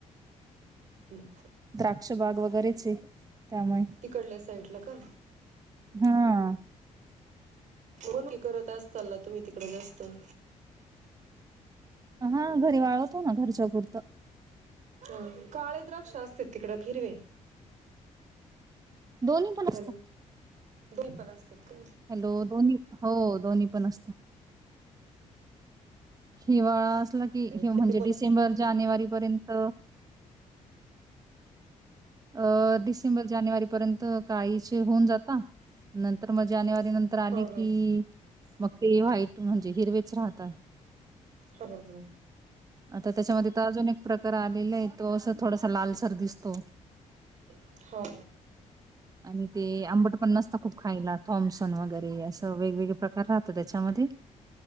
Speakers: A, on the right; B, on the right.
A: मग
B: द्राक्षबाग वगैरेच हे त्यामुळे.
A: तिकडल्या साईडला का?
B: हां.
A: मनुके करत असताल ना तुम्ही तिकडे जास त.
B: हां घरी वाळवतो ना घरच्या पुुरतं.
A: हं काळे द्राक्षे अस ते तिकडे हिरवे
B: दोन्ही पण असतात.
A: हॅलो दोन्ही पण असतात का?
B: हॅलो दोनी हो दोन्ही पण असत हिवाळा असला की
A: हे
B: म्हणजे
A: बघ
B: डिसेंबर जानेवारीपर्यंत अ डिसेंबर जानेवारी पर्यंत काळीचे होऊन जाता नंतर म जानेवारी नंतर आले
A: हा
B: की
A: हा.
B: वक्त ते वा्हाईट म्हणजे हिरवेच राहतात
A: हा हा हा
B: आता त्याच्यामध्ये तर अजून एक प्रकार आलेलं आहे तो असं थोडासा लालसर दिसतो
A: हा हा
B: आणि ते आंबट पण नसता खूप खायला थॉम्सन वगैरे असं वेगवेगळे प्रकार राहत त्याच्यामध्ये